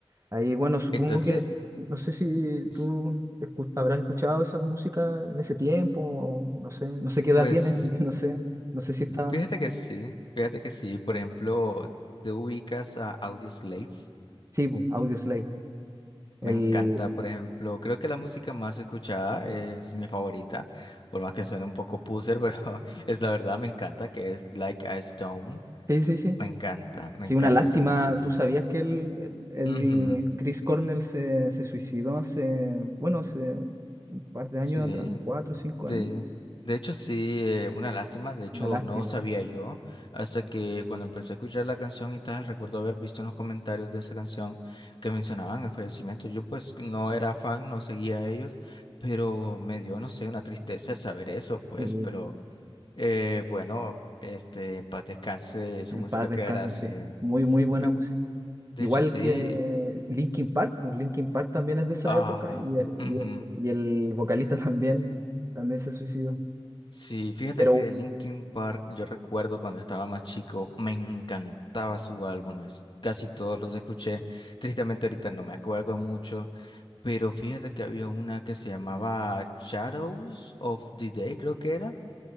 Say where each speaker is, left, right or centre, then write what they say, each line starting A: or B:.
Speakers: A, on the right; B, on the left.
A: Ahí, bueno, supongo
B: Entonces,
A: que, no sé si
B: s-
A: tú escu- habrás escuchado
B: mm,
A: esas músicas en ese tiempo, o no sé, no sé qué edad
B: pues,
A: tienes, así que no sé, no sé si estaba
B: fíjate que sí, fíjate que sí. Por ejemplo, ¿te ubicas a Audioslave?
A: Sí, po, Audioslave.
B: Me
A: El...
B: encanta, por ejemplo, creo que la música más escuchada es mi favorita, por más que suene un poco poser, pero <laughs> es la verdad, me encanta, que es Like a Stone.
A: Sí, sí, sí.
B: Me encanta, me
A: Sí,
B: encanta
A: una lástima.
B: esa música.
A: ¿Tú sabías que el, el,
B: Ujú,
A: el Chris Cornell se, se suicidó hace, bueno, hace un par de años
B: sí.
A: atrás, cuatro o cinco
B: De,
A: años?
B: de hecho, sí, eh, una lástima. De hecho,
A: Una lástima.
B: no sabía yo hasta que cuando empecé a escuchar la canción y tal, recuerdo haber visto en los comentarios de esa canción que mencionaban el fallecimiento. Yo pues no era fan, no seguía a ellos, pero me dio, no sé, una tristeza el saber eso, pues,
A: Sí,
B: pero eh, bueno, este, en paz descanse, su
A: en
B: música
A: paz descansa,
B: quedará así.
A: sí.
B: eh.
A: Muy, muy buena
B: Pe-
A: música.
B: De
A: Igual
B: hecho, sí.
A: que Linkin Park, pues Linkin Park también es de esa
B: Ah,
A: época y el,
B: ujú.
A: y el, y el vocalista <laughs> también, también se suicidó.
B: Sí, fíjate
A: Pero
B: que de Linkin Park, yo recuerdo cuando estaba más chico, me encantaba su álbum, es- casi todos los escuché. Tristemente ahorita no me acuerdo mucho, pero fíjate que había una que se llamaba Shadows of the Day, creo que era,